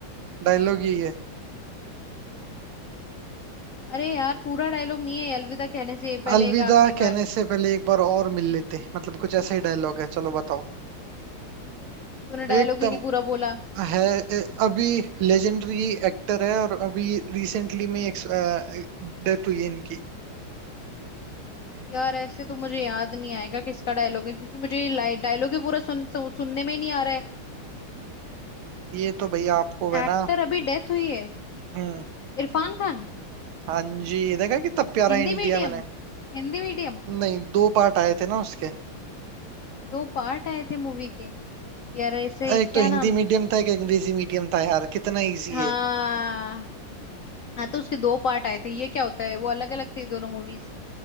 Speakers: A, on the right; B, on the left.
A: डायलॉग यही है
B: अरे यार पूरा डायलॉग नहीं है अलविदा कहने से पहले
A: अलविदा
B: एक आखिरी
A: कहने
B: बार
A: से पहले एक बार और मिल लेते मतलब कुछ ऐसा ही डायलॉग है चलो बताओ
B: तूने डायलॉग
A: एकदम
B: ही नहीं पूरा बोला
A: है ए, अभी लेजेंडरी एक्टर है और अभी रिसेंटली में डेथ हुई है इनकी
B: यार ऐसे तो मुझे याद नहीं आएगा किसका डायलॉग है क्योंकि मुझे ये डायलॉग ही पूरा सुन, सु, सुनने में ही नहीं आ रहा
A: ये तो भैया आपको
B: है
A: है ना
B: एक्टर अभी डेथ हुई है
A: हम्म
B: इरफान खान
A: हाँ जी देखा कितना प्यारा
B: हिंदी
A: हिंट
B: मीडियम
A: दिया मैंने
B: हिंदी मीडियम
A: नहीं दो पार्ट आए थे ना उसके
B: दो पार्ट आए थे मूवी के यार ऐसे ही
A: एक
B: क्या
A: तो हिंदी
B: नाम
A: मीडियम था एक अंग्रेजी मीडियम था यार कितना इजी
B: हाँ
A: है
B: हाँ तो उसके दो पार्ट आए थे ये क्या होता है वो अलग अलग थी दोनों मूवीज